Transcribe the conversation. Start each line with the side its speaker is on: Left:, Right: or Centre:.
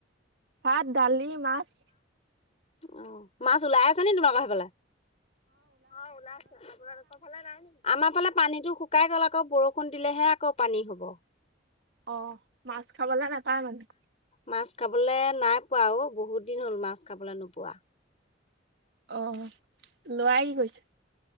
Right: ভাত দালি মাছ ।
Left: অ মাছ ওলাই আছে নি তোমালোকৰ সেইফালে । অ ওলাইছে আপোনাৰফালে নাই ন আমাৰ । সফালে পানীতটো শুকাই গ'ল আকৌ বৰষুণ দিলেহে আকৌ পানী হ'ব ।
Right: অ মাছ খাবলৈ নাপায় মানে ।
Left: মাছ খাবলে নাই পোৱা অ বহুত দিন হ'ল মাছ খাবলে নোপোৱা ।
Right: অ লোৱি গৈছে । <unintelligible>